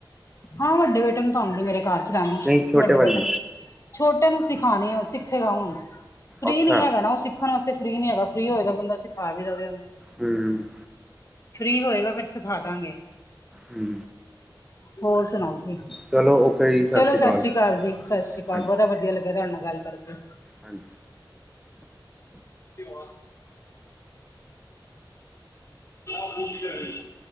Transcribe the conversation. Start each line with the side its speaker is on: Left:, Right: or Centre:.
Left: ਹਾਂ ਵੱਡੇ ਬੇਟੇ ਨੂੰ ਤਾਂ ਆਉਂਦੀ ਮੇਰੇ ਕਾਰ ਚਲਾਣੀ,
Centre: ਨਹੀਂ ਛੋਟੇ
Left: ਵੱਡੇ
Centre: ਵਾਲੇ
Left: ਬੇਟੇ ਨੂੰ ਛੋਟੇ ਨੂੰ ਸਿਖਾਣੀ ਹੁਨ ਸਿੱਖੇਗਾ ਹੁਣ, ਫ੍ਰਰੀ
Centre: ਅੱਛਾ
Left: ਨੀ ਹੈਗਾ ਨਾ ਉਹ। ਸਿੱਖਣ ਆਸਤੇ ਫਰੀ ਨੀ ਹੈਗਾ ਫ੍ਰਰੀ ਹੋਵੇਗਾ ਬੰਦਾ ਸਿਖਾ ਵੀ ਦੇਵੇ ਉਹਨੂੰ।
Centre: ਹੂੰ
Left: ਫਰੀ ਹੋਏਗਾ ਫੇਰ ਸਿਖਾਦਾਂਗੇ।
Centre: ਹੂੰ
Left: ਹੋਰ ਸੁਣਾਓ ਤੁਸੀਂ?
Centre: ਚਲੋ ਓਕੇ ਜੀ ਸਤਿ
Left: ਚਲੋ
Centre: ਸ਼੍ਰੀ ਅਕਾਲ
Left: ਸਸ਼ਰੀ ਈ ਕਾਲ ਜੀ ਸਸ਼ਰੀ ਕਾਲ
Centre: ਹਾਂਜੀ
Left: ਬੜਾ ਵਧੀਆ ਲੱਗਿਆ ਤੁਹਾਡੇ ਨਾਲ ਗੱਲ ਕਰਕੇ।
Centre: ਹਾਂਜੀ
Left: <unintelligible> <unintelligible>